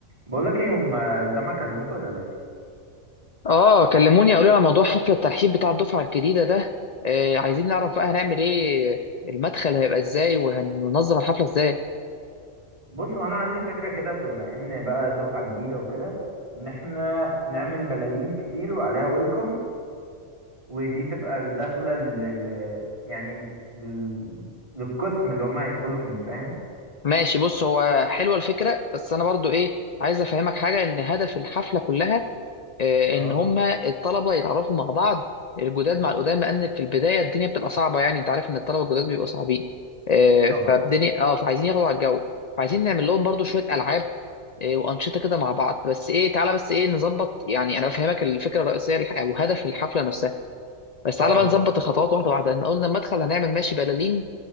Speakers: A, on the right; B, on the left.
A: بقول لك ايه هم الجامعه كلموك ولا لسه
B: اه كلموني قالوا لي على موضوع حفله الترحيب بتاع الدفعه الجديده ده آه عايزين نعرف بقى هنعمل ايه المدخل هيبقى ازاي وهننظم الحفله ازاي
A: بص هو انا عندي فكره كده بما ان بقى دفعه جديده وكده ان احنا نعمل بلالين كتير وعليها ويلكم ودي تبقى الدخله لل... لل- يعني لل... للقسم اللي هم هيدخلوا فيه فاهم
B: ماشي بص هو حلوه الفكره بس انا برضو ايه عايز افهمك حاجه ان هدف الحفله كلها آه،
A: اه
B: ان هم الطلبه يتعرفوا مع بعض الجداد مع القدامى لان في البدايه الدنيا بتبقى صعبه يعني انت عارف ان الطلبه الجداد بيبقوا صعبين آه،
A: طبعا
B: فالدنيا اه فعايزين ياخدوا على الجو فعايزين نعمل لهم برضو شويه العاب آه، وانشطه كده مع بعض بس ايه تعالى بس ايه نظبط يعني انا بفهمك الفكره الرئيسيه الح- او هدف الحفله نفسها بس تعالى
A: اه
B: بقى نظبط الخطوات واحده واحده احنا قلنا المدخل هنعمل ماشي بلالين